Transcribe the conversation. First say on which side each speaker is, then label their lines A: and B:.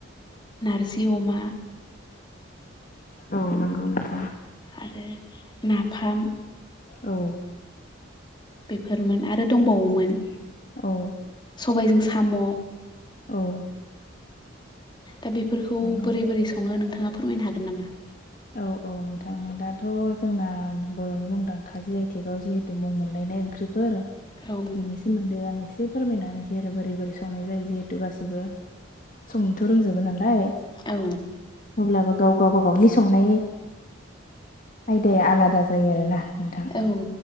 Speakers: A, on the left; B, on the left.
A: नारजि अमा‌
B: औ नंगौ नों
A: आरो नाफाम
B: औ
A: बेफोरमोन आरो दंबावोमोन।
B: औ
A: सबायजों साम'
B: औ
A: दा बेफोरखौ
B: नंगौ
A: बोरै बोरै सङो नोंथाङा फोरमायनो हागोन नामा?
B: औ औ नोंथां दाथ' जोंना बर'नि मुंदांखााजि आइथेगाव जिहेथु मुं मोनलायनाय ओंख्रिफोर‌
A: औ
B: बिनि सोमोन्दै आं एसे फोरमायनानै ज बोरै बोरै संनाय जायो जिहेतु गासिबो संनोथ' रोंजोबो नालाय
A: औ
B: अब्लाबो गाव गावब गावनि संनायनि आयदाया आलादा जायो आरोना नोंथां
A: औ